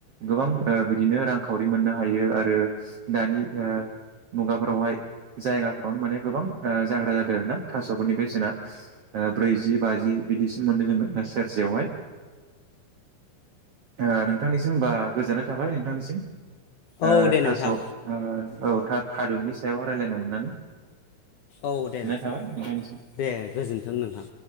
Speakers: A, on the right; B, on the left.
A: गोबां ओ बिदिनो रांखावरि मोननो हायो आरो दानि ओ मुगाफोरावहाय जायगाफ्रावनो माने गोबां ओ जाग्रा जाबाय आरोना थास'फोरनि बेसेना ओ ब्रैजि बाजि बिदिसिम मोनो <unintelligible> सेरसेयावहाय। ओ नोंथांनिसिम होमबा गोजोननाय थाबाय नोंथांनिसिम।
B: औ
A: ओ
B: दे
A: थास'
B: नोंथां
A: औ थारुननि सायाव रायलायनो मोननानै
B: औ दे नोंथां
A: थाबाय
B: गोजोननाय
A: नोंथांनिसिम
B: थाबाय दे गोजोनथों नोंथां।